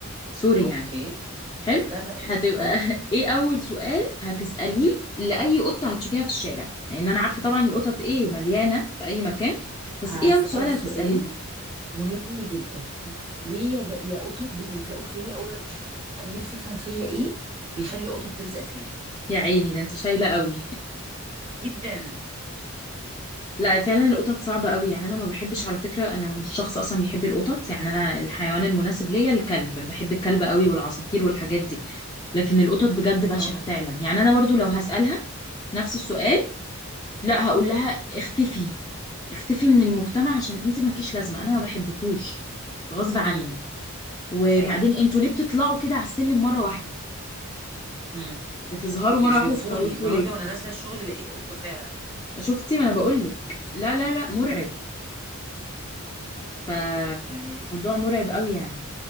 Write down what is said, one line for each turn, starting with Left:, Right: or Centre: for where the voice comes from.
Left: سوري
Right: اوكي
Left: يعني حلو
Right: لا لا أوكي.
Left: هتبقى
Right: اه
Left: <laughs> ايه اول سؤال هتسأليه لأي قطة هتشوفيها في الشارع لان انا عارفة طبعا القطط ايه مليانة في اي مكان بس
Right: هسأل
Left: ايه اول سؤال هتسأليه
Right: سؤال مهم جدا ليه يا ج- يا قطط بتلزقوا فيا اول ما بتشوفوني انا نفسي افهم فيا ايه بيخلي القطط تلزق فيا
Left: يا عيني ده انت شايلة قوي
Right: جدا
Left: <laughs> لا فعلا القطط صعبة قوي يعني انا ما بحبش على فكرة انا مش شخص اصلا بيحب القطط يعني انا الحيوان المناسب ليا الكلب انا بحب الكلب قوي والعصافير والحاجات دي لكن القطط بجد بشعة
Right: اه
Left: فعلا يعني انا برضو لو هسألها نفس السؤال لا هقول لها اختفي اختفي من المجتمع عشان انت مالكيش لازمه انا ما بحبكوش غصب عني
Right: هم
Left: وبعدين
Right: ايوه
Left: انتوا ليه بتطلعوا كده على السلم مره واحده
Right: هم
Left: بتظهروا
Right: بيخوفوني
Left: مره واحده تخوفوا
Right: النهارده
Left: ليه
Right: وانا نازله الشغل لقيت قطه فعلا
Left: شفتي ما انا بقول لك لا لا لا مرعب
Right: هم.
Left: فموضوع
Right: ايوه
Left: مرعب قوي يعني